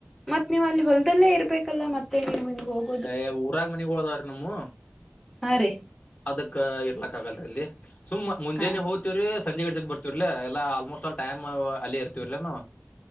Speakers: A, in the centre; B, on the left.
A: ಮತ್ ನೀವ ಅಲ್ಲಿ ಹೊಲದಲ್ಲೇ ಇರ್ಬೇಕಲ್ಲ ಮತ್ತೆ ನೀವ್ ಹಂಗ ಹ
B: ಅಯ ಊರಾಗ ಮನಿಗೋಳದವ್ರ ನಮ್ಮು
A: ಹಾ ರೀ
B: ಅದಕ್ ಇರ್ಲಕ್ ಆಗಲ್ರಿ ಅಲ್ಲಿ ಸುಮ್ಮ್ ಮುಂಜೆನೆ
A: ಹಾ
B: ಹೋಗತಿವ್ರಿ ಸಂಜೆ ಗಿಸಕ್ ಬರ್ತಿವರ್ಲಾ ಎಲ್ಲ ಆಲ್ಮೋಸ್ಟ್ ಆಲ್ ಟೈಮ್ ಅಲ್ಲಿ ಇರ್ತಿವರ್ಲಾನಾವ